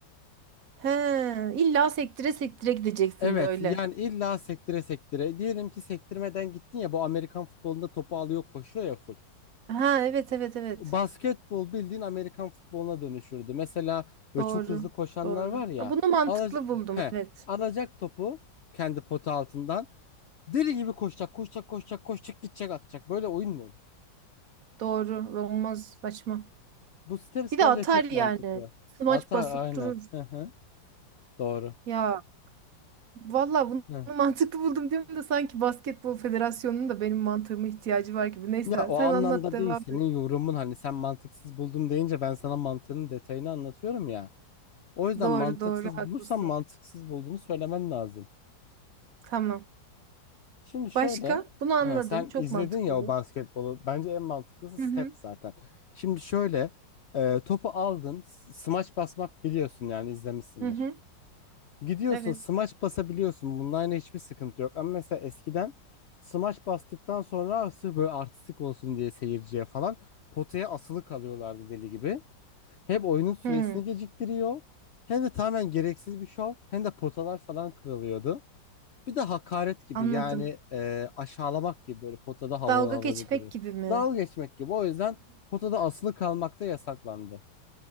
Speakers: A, on the right (about 60°); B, on the left (about 80°).
A: He, illa sektire sektire gideceksin
B: Evet
A: böyle.
B: yani illa sektire sektire. Diyelim ki sektirmeden gittin ya bu Amerikan futbolunda topu alıyor koşuyor ya full.
A: Ha evet evet evet.
B: basketbol bildiğin Amerikan futboluna dönüşürdü. Mesela böyle
A: Doğru.
B: çok hızlı koşanlar
A: Doğru.
B: var ya.
A: Ha, bunu mantıklı
B: Alacak,
A: buldum
B: he,
A: evet.
B: alacak topu kendi pota altından. Deli gibi koşacak, koşacak, koşacak, koşacak, gidecek, atacak. Böyle oyun mu olur?
A: Doğru. ve Olmaz saçma.
B: Bu steps
A: Bir de
B: bence
A: atar
B: çok
A: yani.
B: mantıklı.
A: Smaç
B: Atar
A: basıp
B: aynen.
A: durur.
B: Hı hı. Doğru.
A: Ya Valla bunu
B: Hı.
A: <laughs> mantıklı buldum diyorum da sanki Basketbol Federasyonu'nun da benim mantığıma ihtiyacı var gibi. Neyse
B: Ya o
A: sen
B: anlamda
A: anlat devam
B: değil senin
A: et.
B: yorumun hani sen mantıksız buldum deyince ben sana mantığının detayını anlatıyorum ya. O yüzden
A: Doğru
B: mantıksız
A: doğru haklısın.
B: bulursan mantıksız bulduğunu söylemen lazım.
A: Tamam.
B: Şimdi şöyle,
A: Başka? Bunu anladım.
B: he, sen
A: Çok
B: izledin
A: mantıklı
B: ya o
A: bu.
B: basketbolu. Bence en mantıklısı
A: Hı
B: step
A: hı.
B: zaten. Şimdi şöyle, e, topu aldın, s- smaç basmak biliyorsun yani izlemişsindir.
A: Hı hı.
B: Gidiyorsun,
A: Evet.
B: smaç basabiliyorsun. Bununla aynı hiçbir sıkıntı yok. Ama mesela eskiden smaç bastıktan sonra "Ah, sırf böyle artistik olsun diye seyirciye falan potaya asılı kalıyorlardı deli gibi. Hem oyunun süresini
A: Hı.
B: geciktiriyor, hem de tamamen gereksiz bir şov, hem de potalar falan kırılıyordu. Bir de hakaret gibi
A: Anladım.
B: yani e, aşağılamak gibi böyle potada havalı
A: Dalga
B: havada
A: geçmek
B: duruyorsun.
A: gibi mi?
B: Dalga geçmek gibi. O yüzden potada asılı kalmak da yasaklandı.